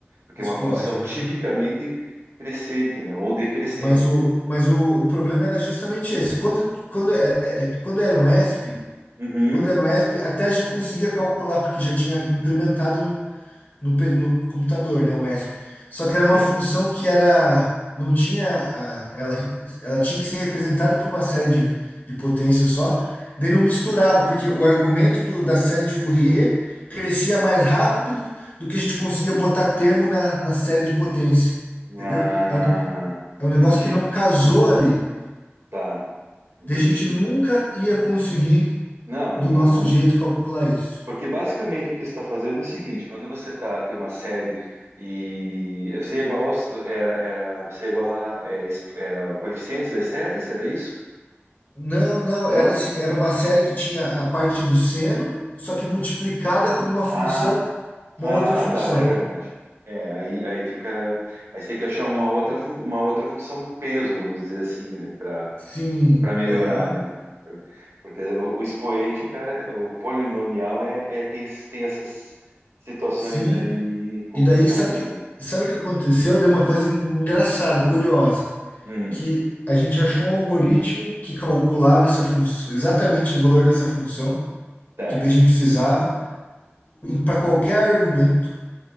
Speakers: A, on the right; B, on the left.
A: Porque
B: explode,
A: é uma função
B: aham.
A: tipicamente crescente, né? Ou decrescente,
B: Mas o,
A: né?
B: mas o, o problema era justamente esse. Quando, quando, é- é- é, quando era um ESP,
A: Uhum,
B: quando era um ESP, até a gente conseguia calcular, porque já tinha implementado no, pe- no computador, né, o ESP. Só que era
A: sim.
B: uma função que era, não tinha, a- ela, ela tinha que ser representada por uma série de, de potências só, daí não misturava, porque o argumento do- da série de Fourier crescia mais rápido do que a gente conseguia botar termo na, na série de potência,
A: Ah,
B: entendeu? É um, é
A: entendi.
B: um negócio que não casou ali,
A: Tá, entendi.
B: daí a gente nunca ia conseguir,
A: Não,
B: do
A: não,
B: nosso
A: não,
B: jeito, calcular isso.
A: Porque basicamente o que você está fazendo é o seguinte: quando você tá, tem uma série e você ia igualar os, era, era, você ia igualar é, es- era, coeficientes das séries, era isso?
B: Não, não,
A: Não?
B: era assim, era uma série que tinha a parte do seno, só que multiplicada por uma função,
A: Ah,
B: uma
A: ah,
B: outra
A: tá,
B: função.
A: tá, é verdade. É, aí, aí fica. Aí você tem que achar uma outra, fun- uma outra função peso, vamos dizer assim, né? Para
B: Sim,
A: para melhorar,
B: aham,
A: né? Porque o, o expoente, cara, é, o polinomial é, é- tem, esses- tem essas situações
B: sim.
A: aí complicadas,
B: E daí, sabe que,
A: né?
B: sabe o que aconteceu? Deu uma coisa engraçada, curiosa,
A: Hum,
B: que a gente achou um algoritmo que calculava essa função, exatamente o valor dessa função
A: certo.
B: que a gente precisava para qualquer argumento,